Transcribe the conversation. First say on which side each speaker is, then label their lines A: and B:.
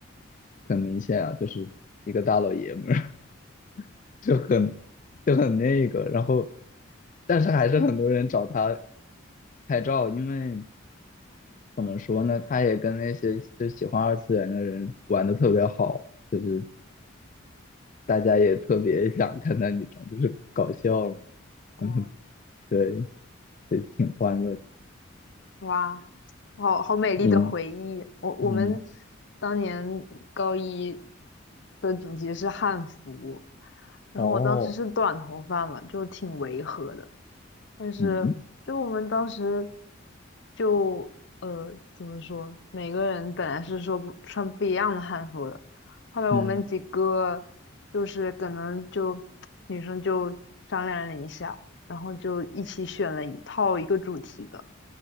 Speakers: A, on the left; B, on the left.
A: 很明显啊，就是一个大老爷们儿，<laughs> 就很就很那个，然后但是还是很多人找他拍照，因为。怎么说呢？他也跟那些就喜欢二次元的人玩的特别好，就是大家也特别想看他女装，就是搞笑，<laughs>
B: 哦，
A: 嗯，对，对，挺欢乐。
B: 哇，好好美丽的回忆。
A: 嗯
B: 我我们
A: 嗯，
B: 当年高一的主题是汉服，然后我当时是短头发嘛，
A: 哦，
B: 就挺违和的。但是就我们当时
A: 嗯
B: 就呃怎么说，每个人本来是说不穿不一样的汉服的，后来我们几个就是可能就女生就商量了一下，
A: 嗯
B: 然后就一起选了一套一个主题的，